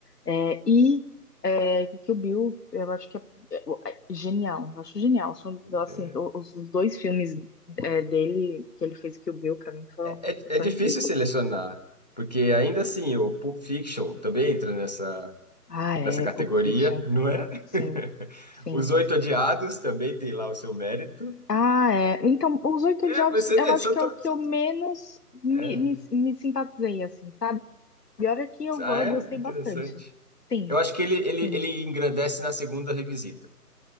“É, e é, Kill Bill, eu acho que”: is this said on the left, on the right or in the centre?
Left